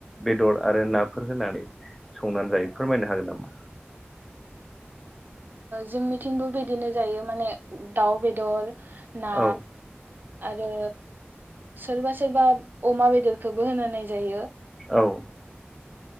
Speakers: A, in the centre; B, on the right.
A: बेदर आरो नाफोर होनानै संनानै जायो फोरमायनो हागोन नामा।
B: जोंनिथिंबो बिदिनो जायो माने दाउ बेदर ना।
A: औ
B: आरो सोरबा सोरबा अमा बेदरखौबो होनानै जायो।
A: औ।